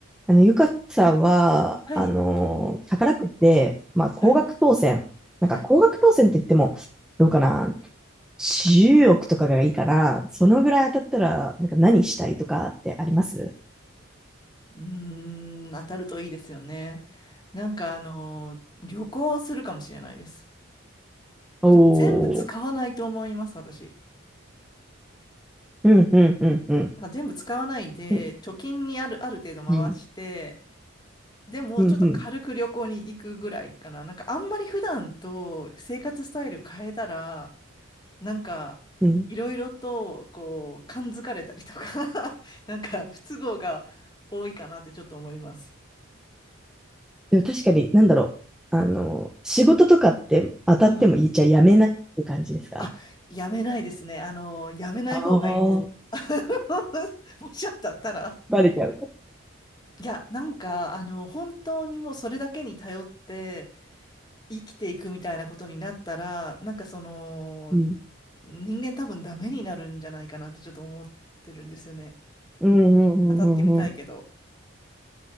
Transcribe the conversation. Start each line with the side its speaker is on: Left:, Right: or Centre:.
Centre: あの、ゆかさんは、
Left: はい、
Centre: あのー宝くじで、まあ、高額当選。
Left: はい、はい。
Centre: なんか、高額当選って言っても、どうかな、10億とかがいいから、そのぐらい当たったら、なんか何したいとかってあります
Left: うーん、当たるといいですよね。なんかあのー、旅行するかもしれないです。
Centre: おー。
Left: でも全部使わないと思います、私。
Centre: うん、うん、うん、うん。
Left: なんか全部使わないで、
Centre: うん、
Left: 貯金にある、ある程度回して、
Centre: うん、
Left: でもちょっと軽く旅行に行くぐらいかな。
Centre: うん、うん。
Left: なんかあんまり普段と生活スタイル変えたら、なんかいろいろとこう、
Centre: うん
Left: 感づかれたりとか <laughs> なんか不都合が多いかなってちょっと思います。
Centre: でも確かに、なんだろう。あの仕事とかって当たってもいいじゃあやめないって感じですか
Left: うんあ、やめないですね。あの、やめない方がいいですよ。
Centre: ああー、
Left: <laughs> もしあったったら。
Centre: バレちゃうか。
Left: いや、なんか、あの、本当にもうそれだけに頼って生きていくみたいなことになったら、なんかその、
Centre: うん。
Left: 人間多分ダメになるんじゃないかなってちょっと思ってるんですよね。
Centre: うん、うん、うん、
Left: 当たってみたいけど。
Centre: うん。うん